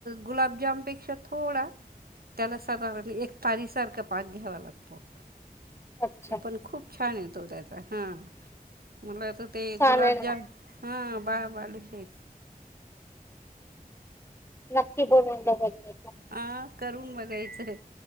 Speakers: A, on the right; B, on the left.
A: गुलाब जामूत थोडा त्याला एक तारीसारखा पाक घ्यावा लागतो.
B: अच्छा
A: पण कलर खूप छान येतो त्याचा हा मला. तर ते
B: चालेल
A: गुलाबज हा.
B: ना
A: बालुशाही.
B: क <unintelligible>
A: हा करून बघायचंय.